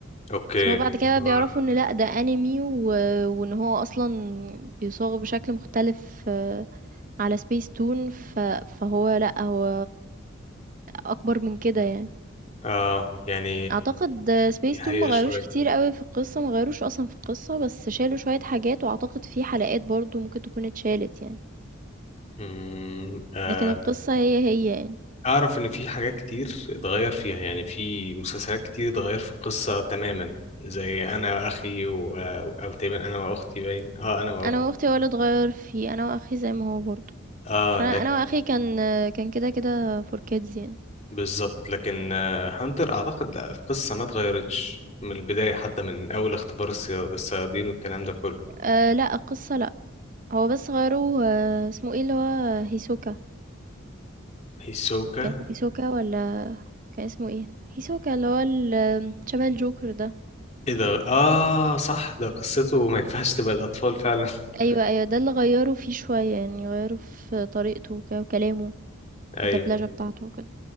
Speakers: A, on the left; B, on the right.
A: اوكي
B: بس هو بعد كده
A: اللي
B: بقى
A: هو-
B: بيعرفوا إن لأ، ده anime و وإن هو أصلًا بيصاغ بشكل مختلف آه، على سبيس تون، ف فهو لأ، هو أكبر من كده يعني.
A: اه يعني
B: أعتقد سبيس
A: دي حقيقة
B: تون ما غيّروش
A: شوية
B: كتير أوي في القصة، ما غيّروش أصلًا في القصة، بس شالوا شوية حاجات وأعتقد في حلقات برضه ممكن تكون اتشالت يعني،
A: أمم، آه،
B: لكن القصة هي، هي يعني.
A: اعرف ان في حاجات كتير اتغير فيها يعني في مسلسلات كتير اتغير في القصة تماما زي انا واخي و... آه، او تقريبا انا واختي باين اه انا واختي
B: انا واختي هو اللي اتغير فيه انا واخي زي ما هو برضه
A: اه
B: عشان
A: لك
B: انا أنا واخي كان كان كده كده فور كيدز يعني
A: بالظبط لكن آه، هانتر اعتقد لا القصة ما اتغيرتش من البداية حتى من اول اختبار الصيا- الصيادين والكلام ده كله
B: أه لا القصة لا هو بس غيروا آه، اسمه ايه اللي هو هيسوكا
A: هيسوكا
B: كان اسمه هيسوكا ولا كان اسمه ايه هيسوكا اللي هو ال- شبه الجوكر ده
A: ايه ده اه صح ده قصته ما ينفعش تبقى الاطفال فعلا <laughs>
B: ايوه ايوه ده اللي غيروا فيه شوية يعني غيروا في طريقته وك- وكلامه
A: ايوه
B: الدبلجة بتاعته وكده